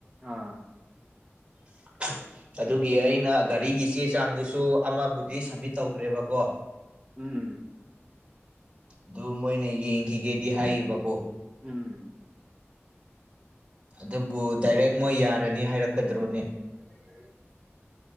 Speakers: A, in the centre; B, on the right.
A: ꯑꯥ
B: <inaudible> ꯑꯗꯨꯒꯤ ꯑꯩꯅ ꯒꯥꯔꯤꯒꯤ ꯆꯦ ꯆꯥꯡꯗꯨꯁꯨ ꯑꯃꯕꯨꯗꯤ ꯁꯝꯃꯤꯠ ꯇꯧꯈ꯭ꯔꯦꯕꯀꯣ
A: ꯎꯝ
B: ꯑꯗꯨ ꯃꯣꯏꯅ ꯌꯦꯡꯈꯤꯒꯦꯗꯤ ꯍꯥꯏꯌꯦꯕꯀꯣ
A: ꯎꯝ
B: ꯑꯗꯨꯕꯨ ꯗꯥꯏꯔꯦꯛ ꯃꯣꯏ ꯌꯥꯔꯅꯤ ꯍꯥꯏꯔꯛꯀꯗ꯭ꯔꯣꯅꯦ
A: <inaudible>